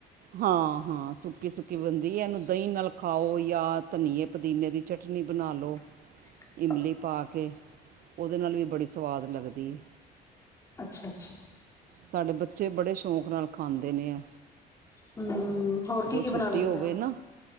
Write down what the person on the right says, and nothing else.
ਹਾਂ-ਹਾਂ ਸੁੱਕੀ-ਸੁੱਕੀ ਬਣਦੀ ਇਹਨੂੰ ਦਹੀਂ ਨਾਲ ਖਾਓ ਜਾਂ ਧਨੀਏ ਪੁਦੀਨੇ ਦੀ ਚਟਨੀ ਬਣਾ ਲਉ।
ਇਮਲੀ ਪਾ ਕੇ ਉਹਦੇ ਨਾਲ ਵੀ ਬੜੀ ਸਵਾਦ ਲੱਗਦੀ ਏ।
ਸਾਡੇ ਬੱਚੇ ਬੜੇ ਸ਼ੌਂਕ ਨਾਲ ਖਾਂਦੇ ਨੇ ਐ।
ਛੁੱਟੀ
ਹੋਵੇ
ਨਾ